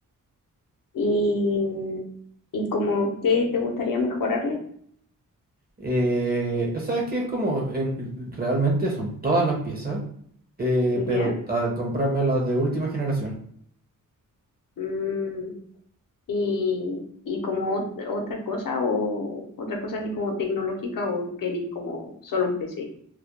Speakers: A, on the left; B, on the right.
A: Y, y como qué te gustaría mejorarle,
B: Eh, o sea, es que es como, en- realmente son todas las piezas, eh,
A: ¿ya?
B: pero a comprarme las de última generación.
A: Mm, y, y como ot- otra cosa o otra cosa así como tecnológica o querís como solo un PC,